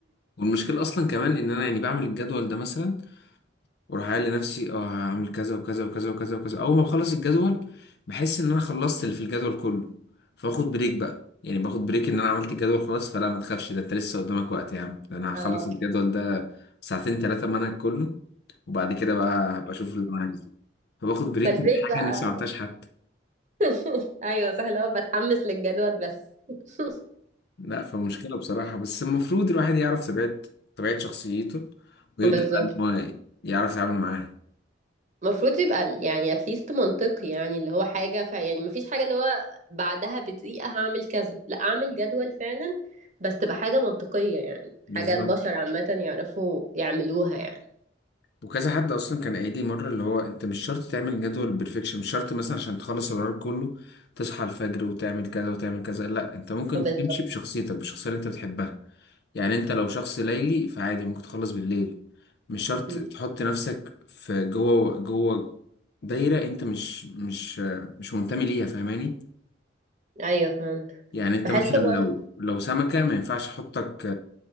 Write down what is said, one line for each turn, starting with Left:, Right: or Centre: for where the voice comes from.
Left: والمشكله اصلا كمان ان انا يعني بعمل الجدول ده مثلا واروح قايل لنفسي اه هعمل كذا وكذا وكذا وكذا وكذا اول ما بخلص الجدول بحس ان انا خلصت اللي في الجدول كله فاخد بريك بقى يعني باخد بريك ان انا عملت الجدول خلاص فلا ما تخافش ده انت لسه قدامك وقت يا عم
Right: <laughs>
Left: ده انا هخلص
Right: اه
Left: الجدول ده ساعتين ثلاثه منهج كله وبعد كده بقى هبقى اشوف اللي انا عايزه فباخد بريك
Right: فالبريك
Left: من حاجه
Right: بقى
Left: أنا لسه ما عملتهاش حتى
Right: <laughs> ايوه سهل اهو بتحمس للجدول بس <laughs>
Left: لا فمشكله بصراحه بس المفروض الواحد يعرف طبيعه طبيعه شخصيته ويبدا
Right: بالظبط
Left: بقى ان هو يعرف يتعامل معاها
Right: المفروض يبقى ال- يعني اتليست منطقي يعني اللي هو حاجة ف يعني مفيش حاجة اللي هو بعدها بدقيقة هعمل كذا لا اعمل جدول فعلا بس تبقى حاجة منطقية يعني
Left: بالظبط
Right: حاجة البشر عامة يعرفوا يعملوها يعني
Left: وكذا حد اصلا كان قايل لي مره اللي هو انت مش شرط تعمل جدول بيرفكشن مش شرط مثلا عشان تخلص الورق كله تصحى الفجر وتعمل كذا وتعمل كذا لا انت ممكن
Right: اه بالظبط
Left: تمشي بشخصيتك بالشخصيه اللي انت بتحبها يعني انت لو شخص ليلي فعادي ممكن تخلص بالليل مش شرط
Right: مم.
Left: تحط نفسك في جوه جوه دايره انت مش مش مش منتمي ليها فاهماني
Right: ايوه فهمت
Left: يعني انت
Right: بحس
Left: مثلا
Right: برضه
Left: لو لو سمكه ما ينفعش احطك